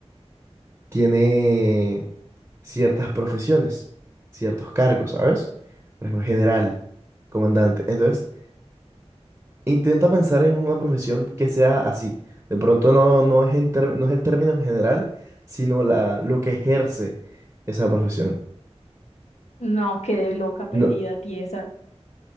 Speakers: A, on the right; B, on the left.
A: tiene ciertas profesiones, ciertos cargos, ¿sabes? Por ejemplo, general, comandante. Entonces, intenta pensar en una profesión que sea así. De pronto no, no es, en ter- no es el término en general, sino la, lo que ejerce esa profesión.
B: No, quedé loca, perdida,
A: No,
B: tiesa. <laughs>